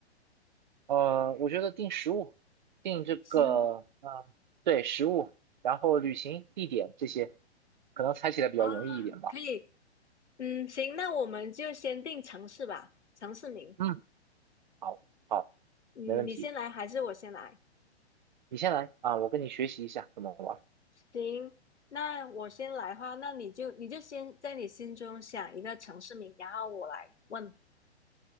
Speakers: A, on the right; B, on the left.
A: 呃，我觉得定食物，定这个，
B: 食物
A: 呃，对，食物，然后旅行地点这些，可能猜起来比较容易一点吧。
B: 啊，可以，嗯，行，那我们就先定城市吧，城市名。
A: 嗯，好，好，
B: 嗯，
A: 没问题。
B: 你先来还是我先来？
A: 你先来啊，我跟你学习一下怎么玩。
B: 行，那我先来的话，那你就你就先在你心中想一个城市名，然后我来问。